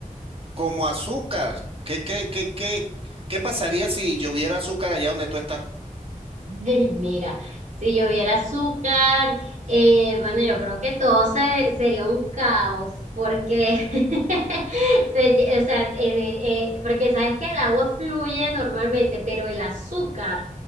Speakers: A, on the right (about 40°); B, on the right (about 60°).
A: como azúcar. ¿Qué, qué, qué, qué, qué pasaría si lloviera azúcar allá donde tú estás?
B: Ay, Mira, si lloviera azúcar, eh, bueno, yo creo que todo se- sería un caos, porque, <laughs> se lle- o sea, eh, eh, porque sabes que el agua fluye normalmente, pero el azúcar